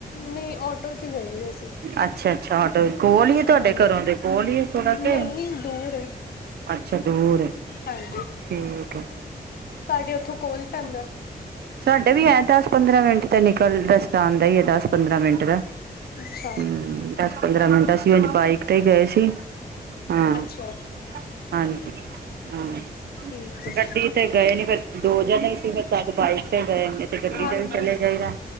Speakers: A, on the left; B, on the right.
A: ਨਹੀਂ ਆਟੋ ਚ ਗਏ ਹੋਏ ਸੀ।
B: ਅੱਛਾ- ਅੱਛਾ ਆਟੋ ਕੋਲ ਹੀ
A: ਹਾਂਜੀ।
B: ਤੁਹਾਡੇ ਘਰੋਂ ਦੇ ਕੋਲ ਹੀ ਥੋੜਾ ਕੇ,
A: ਨਹੀਂ ਦੂਰ ਏ
B: ਅੱਛਾ, ਦੂਰ ਹੈ।
A: ਹਾਂਜੀ।
B: ਠੀਕ ਹੈ।
A: ਤੁਹਾਡੇ ਉੱਥੋਂ ਕੋਲ ਪੈਂਦਾ?
B: ਸਾਡੇ ਵੀ ਹੈ ਤਾਂ ਦਸ ਪੰਦਰਾਂ ਮਿੰਟ ਤੇ ਨਿਕਲ ਰਸਤਾ ਆਉਂਦਾ ਹੀ ਹੈ। ਦਸ ਪੰਦਰਾਂ ਮਿੰਟ ਦਾ,
A: ਅੱਛਾ।
B: ਹੂੰ ਦਸ ਪੰਦਰਾਂ ਮਿੰਟਾਂ ਸੀ। ਅੱਜ ਬਾਈਕ ਤੇ ਹੀ ਗਏ ਸੀ ' ਹਾਂ'
A: ਅੱਛਾ
B: ਹਾਂਜੀ ਹਾਂ।
A: ਠੀਕ ਏ।
B: ਗੱਡੀ ਤੇ ਗਏ ਨੀ ਫਿਰ ਦੋ ਜਣੇ ਸੀ, ਫਿਰ ਤਦ ਬਾਈਕ ਤੇ ਗਏ ਨੇ! ਗੱਡੀ
A: ਹਾਂਜੀ
B: ਤੇ ਵੀ ਚਲੇ ਜਾਈਦਾ